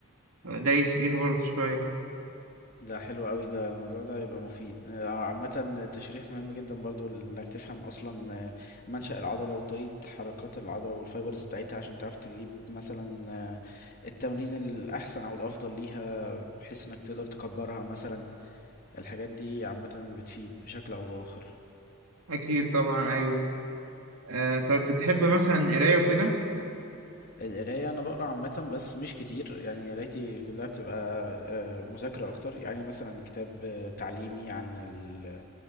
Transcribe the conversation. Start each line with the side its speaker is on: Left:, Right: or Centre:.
Right: دايس فيها برضو شوية
Left: ده حلو قوي ده الموضوع ده هيبقى مفيد آه، عامة التشريح مهم جدا برضو انك تفهم اصلا آه، منشأ العضلة وطريقة حركات العضلة والفايبرز بتاعتها عشان تعرف تجيب مثلا آه، التمرين الاحسن او الافضل ليها بحيث انك تقدر تكبرها مثلا الحاجات دي عامة بتفيد بشكل او باخر
Right: اكيد طبعا ايوه آه طب بتحب مثلا القراية وكده؟
Left: القراية أنا بقرا عامة بس مش كتير يعني قرايتي كلها بتبقى آه، مذاكرة أكتر يعني مثلا كتاب آه، تعليمي عن ال- آه،